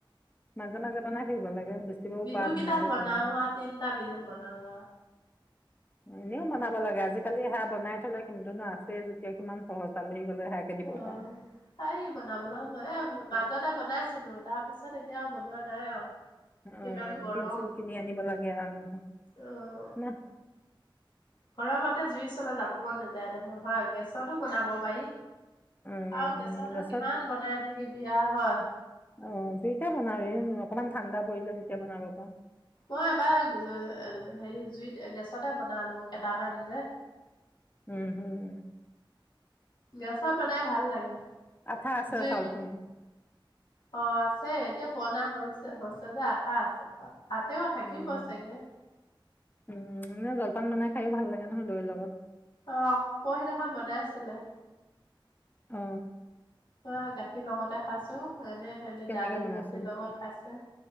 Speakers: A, on the left; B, on the left.
A: মাজে মাজে বনাই থাকিব লাগে। বেচিবও
B: বিহু
A: পাৰা ধুনীয়াকে
B: কেইটাত বনাও
A: বনাই
B: তিনটা বিহুত বনাও
A: এনেও বনাব লাগে আজিকালি হাহ বনাই থলে কিন্তুনো আছে যেতিয়া কিমান সহজ আলহী হেয়াকে দিব
B: অ',
A: পাৰ।
B: পাৰি বনাবলৈ সময় এ মাজতে বনাইছিলো। তাৰ পিছত এতিয়াও বনোৱা নাই আৰু।
A: আমজ
B: ইমান গৰম
A: তিলচিল কিনি আনিব লাগে আৰু
B: অ',
A: না
B: গৰমতে জুই চলে যাব মন নাযায় নহয় হয় গেছতো বনাব পাৰি।
A: উম
B: আৰুও গেছা
A: গছত
B: নৰ কিমান বনাই থাকি বিয়া হয়
A: অ যেইতিয়া বনাবি অকমান ঠাণ্ডা পৰিলে যেতিয়া বনাব পাৰওঁ
B: মই এবাৰ হেৰি জুইত গেছ। পাছতে বনালো কেইটামান যে
A: উম হম
B: গেছত বনাই ভাল লাগে
A: আঠা আছে
B: জুই
A: চাউল খিনি
B: অ আছে। ছে এতিয়া পুৰনা হৈছে হৈছে যে আঠা আছে আতেও থাকিব
A: উম
B: চাগে।
A: উম এ জলপান বনাই খাইো ভাল লাগে নহয় দৈৰ লগত
B: আহ পৰহিদিনাখন বনাই আছিলে
A: অ
B: অ গাখীৰ লগতে খাইছো এনে সনে
A: কেনেকে
B: দালি
A: বনাইছো
B: ভাজিৰ লগত খাইছে।